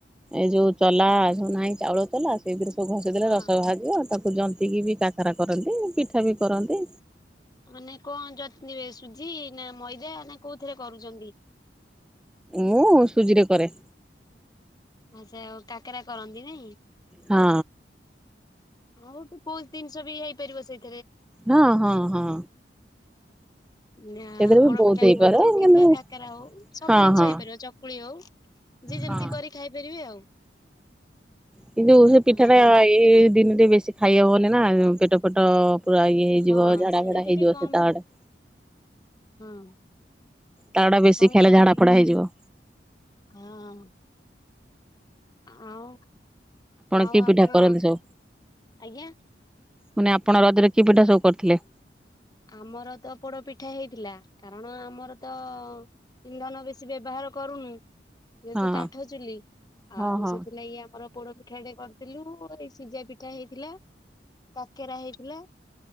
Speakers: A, in the centre; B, on the left.
A: ଏ ଯୋଉ ଚଲା ଯୋଉ ନାହିଁ ଚାଉଳ ଚଲା ସେଇଥିରେ ଘଷି ଦେଲେ
B: ହଁ
A: ରସ ବାଜିବ ତାକୁ ଜନ୍ତିକି ବି କାକରା କରନ୍ତି ପିଠା ବି କରନ୍ତି।
B: ମାନେ କଣ ଜନ୍ତିବେ ସୁଝି ନା ମଇଦା ନା କୋଉଥିରେ କରୁଛନ୍ତି?
A: ମୁଁ ସୁଜିରେ କରେ।
B: ସେ ଆଉ କାକରା କରନ୍ତି ନାଇଁ?
A: ହଁ।
B: ବହୁତ ବହୁତ ଜିନିଷ ବି ହେଇପାରିବ ସେଇଥ
A: ହଁ ହଁ ହଁ।
B: ନା
A: ସେଥିରେ ବି
B: ପୋଡ
A: ବହୁତ
B: ପିଠା
A: ହେଇପାରେ
B: କୁହନ୍ତୁ
A: କିନ୍ତୁ
B: କିମ୍ବା କାକରା ହଉ ସବୁ
A: ହଁ
B: ଜିନିଷ
A: ହଁ
B: ହେଇପାରିବ ଚକୁଳି ହଉ ଯିଏ
A: ହଁ।
B: ଯେମିତି କରି ଖାଇପାରିବେ ଆଉ।
A: କିନ୍ତୁ ସେ ପିଠା
B: ହଁ
A: ଟା ଏଇ ଦିନରେ ବେଶୀ ଖାଇ ହବନି ନା ପେଟ ଫେଟ ପୁରା ଇଏ ହେଇଯିବ
B: ହଁ
A: ଝାଡ଼ା
B: ସେଇଟା
A: ଫାଡ଼ା
B: ଟିକେ
A: ହେଇଯିବ
B: କମ
A: ସେ ତାଳଟା
B: ହଁ
A: ତାଳଟା ବେଶୀ
B: କମ
A: ଖାଇଲେ ଝାଡ଼ା
B: ଟିକେ
A: ଫାଡ଼ା ହେଇଯିବ।
B: ହଁ ଆଉ, ଆଉ
A: କି
B: ଆପଣ
A: ପିଠା କରନ୍ତି ସବୁ
B: ଆଜ୍ଞା
A: ମାନେ ଆପଣ ରଜରେ କି ପିଠା ସବୁ କରିଥିଲେ?
B: ଆମର ତ ପୋଡ ପିଠା ହେଇଥିଲା, କାରଣ ଆମର ତ ଇନ୍ଧନ ବେଶୀ ବ୍ୟବହାର କରୁନୁ ଯେହେତୁ
A: ହଁ।
B: କାଠ ଚୁଲି
A: ହଁ
B: ଆଉ
A: ହଁ।
B: ସେଥିଲାଗି ଆମର ପୋଡ ପିଠାଟେ କରିଥିଲୁ, ଏଇ ସିଜା ପିଠା ହେଇଥିଲା, କାକେରା ହେଇଥିଲା।